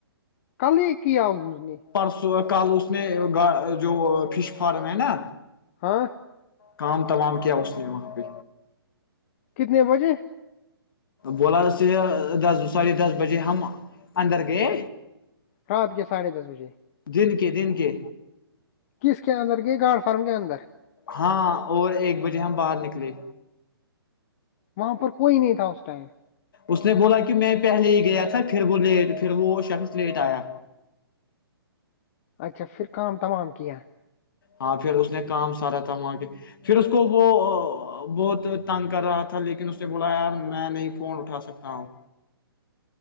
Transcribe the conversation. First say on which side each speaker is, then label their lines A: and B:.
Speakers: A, on the left; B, on the left.
A: کل ہی کیاؤ س اس نے
B: پرسوں کل اس نے جو فش فارم ہے نا
A: ہاں
B: کام تلام کیا اس نے وہاں پہ
A: کتنے بجے
B: بولاس دس ساڑھے دس بجے ہم اندر گئے
A: رات کے ساڑھے دس بجے
B: دن کے دن کے
A: کس کے اندر کے گاڑ فارم کے اندر
B: ہاں اور ایک بجے ہم باہر نکلے
A: وہاں پر کوئی نہیں تھا اس ٹائم
B: اس نے بولا کہ میں پہلے ہی گیا تھا پھر وہ لیٹ پھر وہ شخص لیٹ آیا
A: اچھا پھر کام تمام کیا
B: ہاں پھر اس نے کام سارا تھا وہاں کے پھر اس کو وہ بہت تنگ کر رہا تھا لیکن اس نے بولا یار میں نہیں فون اٹھا سکتا ہوں